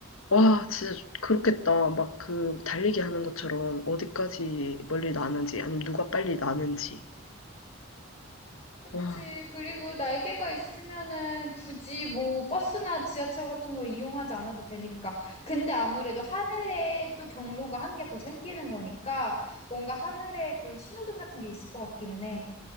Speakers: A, on the left; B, on the left.
A: 와, 진짜 그렇겠다. 막 그 달리기 하는 것처럼 어디까지 멀리 나는지, 아니면 누가 빨리 나는지.
B: 그치.
A: 와,
B: 그리고 날개가 있으면은 굳이 뭐 버스나 지하철 같은 거 이용하지 않아도 되니까. 근데 아무래도 하늘에 또 경로가 한 개 더 생기는 거니까 뭔가 하늘에 그런 신호등 같은 게 있을 것 같기는 해.